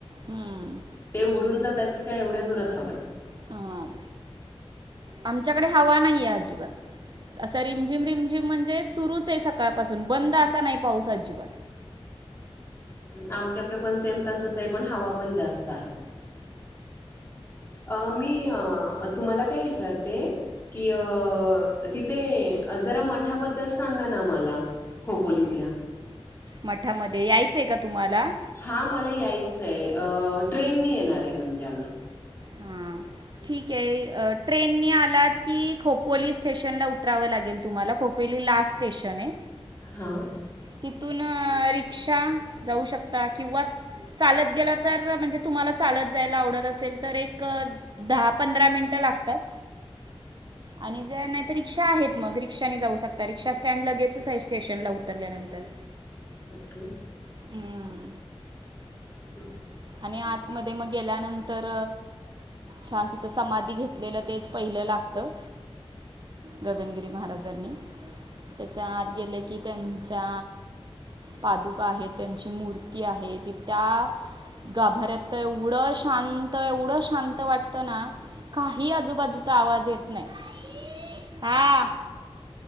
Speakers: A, on the right; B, on the left.
A: हम्म.
B: ते उडून जातात की काय एवढ्या जोरात हवा आहे.
A: आ.. आमच्याकडे हवा नाहीये अजिबात. असा रिमझिम, रिमझिम म्हणजे सुरूच आहे सकाळपासून बंद असा नाही पाऊस अजिबात.
B: आमच्याकडे पण सेम तसंच आहे पण हवा पण जास्त आहे. अ मी अ तुम्हाला काय विचारते? कि अ तिथे जरा मठाबद्दल सांगाना मला. खोपोलीतल्या.
A: मठामध्ये यायचंय का तुम्हाला?
B: हा मला यायचंय, अ ट्रेनने येणार आहे म्हणजे आम्ही.
A: हां. ठीक आहे, ट्रेननी आलात की खोपोली स्टेशनला उतरावं लागेल. तुम्हाला खोफेली लास्ट स्टेशन आहे.
B: हां.
A: तिथून रिक्षा जाऊ शकता किंवा चालत गेलात तर म्हणजे तुम्हाला चालत जायला आवडत असेल तर एक दहा, पंधरा मिनटं लागतात. आणि जर नाही तर रिक्षा आहेत मग रिक्षाने जाऊ शकता रिक्षा स्टँड लगेचच आहे स्टेशनला उतरल्या नंतर.
B: ओके.
A: ह..
B: <inaudible>
A: आणि आतमध्ये मग गेल्यानंतर छान तिथं समाधी घेतलेलं तेच पहिलं लागतं‌ गगनगिरी महाराजांनी. त्याच्या आत गेले की त्यांच्या पादुका आहेत त्यांची मूर्ती आहे ती त्या गाभाऱ्यात तर एवढं शांत, एवढं शांत वाटतं ना काही आजूबाजूचा आवाज येत नाही आई हा..